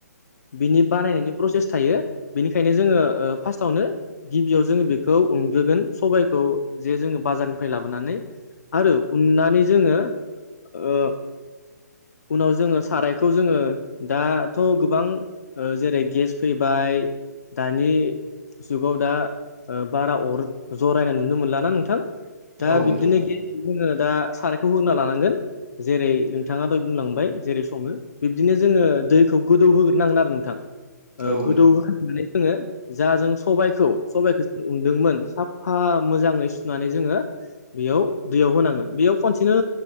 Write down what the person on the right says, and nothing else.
औ नोंथां
औ नोंथां